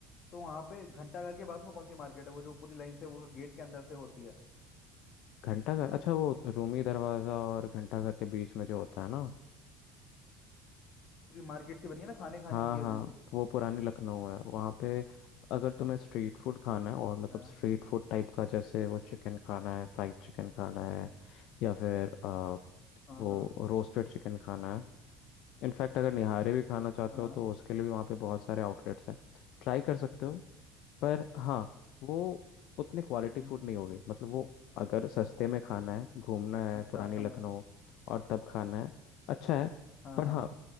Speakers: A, on the left (about 50°); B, on the left (about 65°).
A: तो वहां पे घंटाघर के पास में कौन सी मार्केट है वो जो पूरी लाइन से वो गेट के अंदर से होती है
B: घंटाघर अच्छा वो रूमी दरवाज़ा और घंटाघर के बीच में जो होता है ना
A: पूरी मार्केट सी बनी है ना खाने खाने
B: हाँ
A: की है
B: हाँ
A: पूरी
B: वो पुरानी लखनऊ है वहाँ पे अगर तुम्हें स्ट्रीट फूड खाना है और मतलब
A: हाँ
B: स्ट्रीट फूड टाइप का जैसे वो चिकन खाना है फ्राइड चिकन खाना है या फिर अ,
A: हाँ
B: वो
A: हाँ
B: रोस्टेड चिकन खाना है इनफैक्ट अगर निहारे भी खाना चाहते
A: हाँ
B: हो तो उसके लिए भी वहाँ पे बहुत सारे आउटलेट्स हैं ट्राई कर सकते हो पर हाँ वो उतनी क्वालिटी
A: हम्म,
B: फूड नहीं होगी मतलब वो अगर सस्ते में खाना है घूमना है
A: अच्छा
B: पुरानी
A: समझ
B: लखनऊ और तब खाना है अच्छा है
A: हाँ
B: पर
A: हाँ
B: हाँ